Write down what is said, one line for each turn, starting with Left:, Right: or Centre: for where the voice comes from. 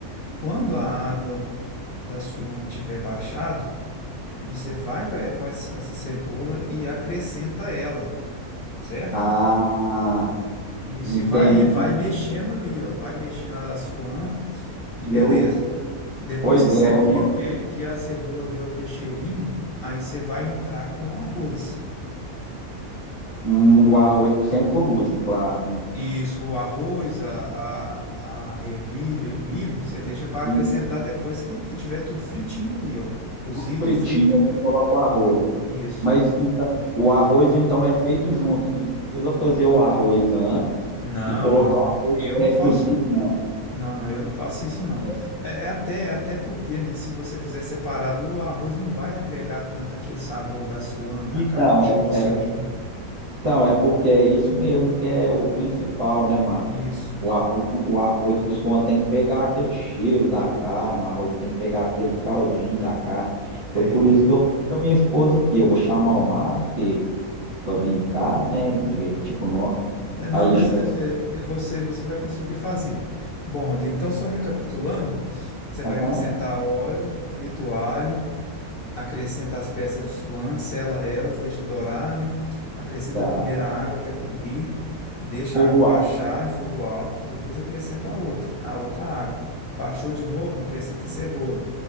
Left: Quando
Right: Hum.
Left: a água da suã tiver baixado, Você vai com é, com essa, com essa cebola e acrescenta ela, certo?
Right: Ah,
Left: Isso,
Right: entende.
Left: e vai, e vai mexendo ali, ó, vai mexendo a suã e
Right: Eu,
Left: beleza. Depois
Right: pois
Left: que
Right: é,
Left: você
Right: uma-
Left: viu que, que a cebola deu aquele cheirinho, aí você vai entrar com o arroz.
Right: hum, o arroz sempre por último, claro, né?
Left: Isso, o arroz, a, a, a ervilha e o milho, você deixa para
Right: E
Left: acrescentar depois que, que tiver tudo fritinho ali, ó, cozido
Right: tudo fritinho,
Left: e frito.
Right: aí você coloca o arroz.
Left: Isso.
Right: Mas então, o arroz então é feito junto, você não precisa fazer o arroz antes
Left: Não,
Right: e colocar
Left: não,
Right: o arroz
Left: eu
Right: pré-cozido,
Left: não faço não.
Right: não.
Left: Não, não, eu não faço isso não.
Right: É,
Left: É, é até, é até porque, né, se você fizer separado, o arroz não vai agregar tanto aquele sabor da suana, da
Right: Então,
Left: carne de
Right: é,
Left: osso
Right: é
Left: ali, né?
Right: Então, é porque é isso mesmo que é o principal, né, Márcio?
Left: Isso,
Right: O arroz, com- o arroz com suã tem que pegar aquele cheiro da carne, o arroz tem que pegar aquele caldinho da carne. Foi
Left: tem.
Right: por isso que eu fui com a minha esposa aqui. Eu vou chamar o Márcio que, para vir cá, né, divertir com nós.
Left: É, não,
Right: Aí
Left: mas
Right: já
Left: é,
Right: que você...
Left: é-
Right: tá,
Left: é você, você vai conseguir fazer. Bom, Rodrigo, então só recapitulando, você
Right: Aham,
Left: vai acrescentar óleo, frito alho, acrescenta as peças de suã, sela elas, deixa dourar, né? Acrescenta
Right: tá.
Left: a primeira água até cobrir, deixa
Right: Fogo
Left: a água baixar
Right: alto.
Left: em fogo alto, depois acrescenta a outra, a outra água. Baixou de novo, acrescenta cebola.